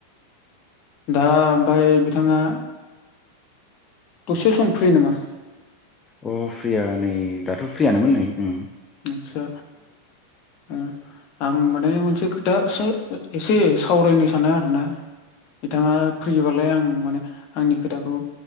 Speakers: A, on the left; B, on the left.
A: दा ओमफाय बिथाङा दसे सम फ्रि नामा?
B: अ फ्रिया नै दाथ' फ्रियानोमोन नै ओम।
A: आत्सा ओ आं माने मोनसे खोथा-सो एसे सावरायनो सानदो आरोना? बिथाङा फैयोबालाय आं माने आंनि खोथाखौ